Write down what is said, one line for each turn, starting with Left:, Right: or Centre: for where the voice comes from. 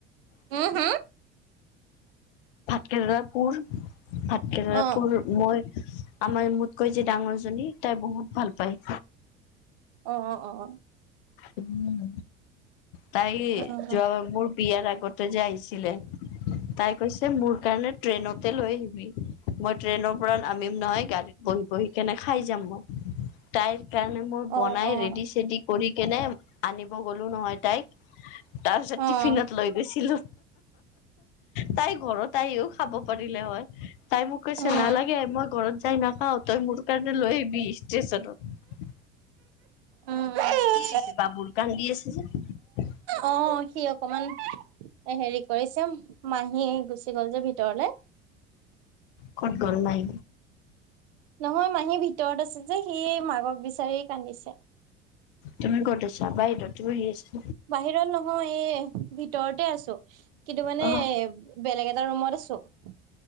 Right: হ হ?
Left: ভাতকেৰেলা পোৰ ভাতকেৰেলাৰ
Right: অ'
Left: পুৰ মই আমাৰ মোতকৈ যে ডাঙৰজনী তাই বহুত ভাল পায়।
Right: অ অ অ অ।
Left: উম। তাই
Right: অ'
Left: যোৱাবাৰ মোৰ বিয়াৰ আগতে যে আহিছিলে, তাই কৈছে মোৰ কাৰণে ট্ৰেইনতে লৈ আহিবি। মই ট্ৰেইনৰ পৰা নামিম নহয় গাড়ীত বহি বহি কেনে খাই যাম মই তাইৰ সেইকাৰণে মই
Right: অ'
Left: বনাই
Right: অ'
Left: ৰেডি চেডি কৰি কেনে আনিব গ'লো নহয় তাইক তাৰ পিছত
Right: অ'
Left: টিফিনত লৈ গৈছিলো তাই ঘৰত আহিও খাব পাৰিলে হয় তাই মোক কৈছে
Right: উম
Left: নালাগে মই ঘৰত যাই নাখাও তই মোৰ <unintelligible> কাৰণে লৈ আহিবি ষ্টেশ্যনত
Right: উম
Left: কি হৈছে বাবুৰ কান্দি আছে যে
Right: অ সি অকমান হেৰি কৰিছে মাহী গুচি গ'ল যে ভিত তৰলে
Left: ক'ত গল নাই
Right: নহয় মাহী ভিতৰত আছে যে সি মাকক বিচাৰি কান্দিছে
Left: তুমি ক'ত আছা বাহিৰত তুমি সি আছা
Right: বাহিৰত নহয় এই ভিতৰতে আছো কিন্তু মানে
Left: অ
Right: বেলেগ এটা ৰুমত আ আছো